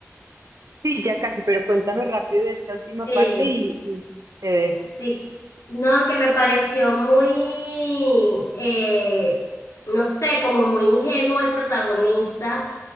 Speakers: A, on the right; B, on the left.
A: sí, ya casi, pero cuéntame rápido esta última
B: Sí,
A: parte y, y te dejo.
B: sí. No, que me pareció muy, eh, no sé, como muy ingenuo el protagonista